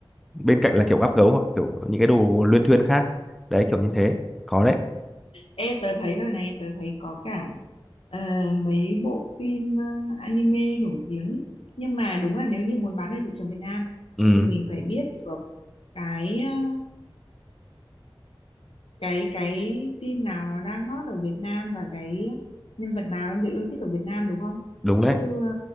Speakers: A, in the centre; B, on the left.
A: bên cạnh là kiểu gắp gấu hoặc kiểu những cái đồ luyên thuyên khác đấy kiểu như thế có đấy
B: Ê, tớ thấy rồi này, tớ thấy có cả ờ, mấy bộ phim ờ, anime nổi tiếng. Nhưng mà đúng là nếu như muốn bán ở thị trường Việt Nam
A: ừ
B: thì mình phải biết được cái ờ, cái cái phim nào nó đang hot ở Việt Nam và cái nhân vật nào đang được yêu thích ở Việt Nam đúng không?
A: đúng
B: Chứ
A: đấy
B: ờ,